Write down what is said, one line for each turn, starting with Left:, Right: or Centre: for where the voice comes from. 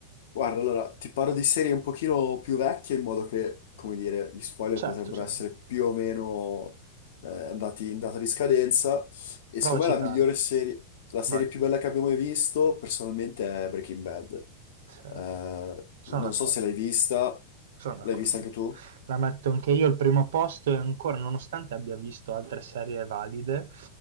Left: Guarda, allora, ti parlo di serie un pochino più vecchie in modo che, come dire, gli spoiler
Right: Certo,
Left: potrebbero
Right: cioè,
Left: essere più o meno eh, andati in data di scadenza. E
Right: prova
Left: secondo
Right: a citare,
Left: me la migliore serie, la serie
Right: vai,
Left: più bella che abbiamo mai visto, personalmente, è Breaking Bad.
Right: Sì,
Left: Eh,
Right: sono
Left: non
Right: d'accordo.
Left: so se l'hai vista,
Right: Sono d'accordo.
Left: l'hai vista anche tu?
Right: La metto anche io al primo posto e ancora, nonostante abbia visto altre serie valide,